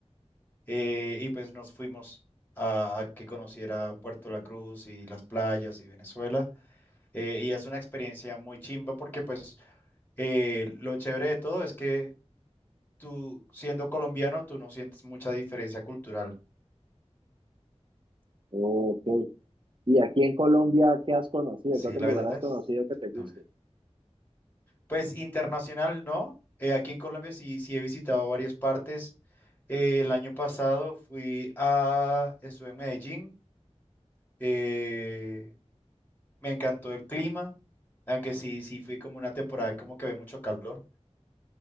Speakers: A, on the left; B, on the right.
A: Eh, y pues nos fuimos a, a que conociera Puerto La Cruz y las playas y Venezuela. Eh, y es una experiencia muy chimba porque pues eh, lo chévere de todo es que tú siendo colombiano, tú no sientes mucha diferencia cultural.
B: Ok. ¿Y aquí en Colombia qué has conocido?
A: Sí,
B: ¿Qué otro
A: la
B: lugar
A: verdad
B: has
A: es.
B: conocido que te guste?
A: Dale. Pues internacional no. Eh, aquí en Colombia sí, sí he visitado varias partes. Eh, el año pasado fui a, estuve en Medellín. eh, Me encantó el clima, aunque sí, sí fui como una temporada como que había mucho calor,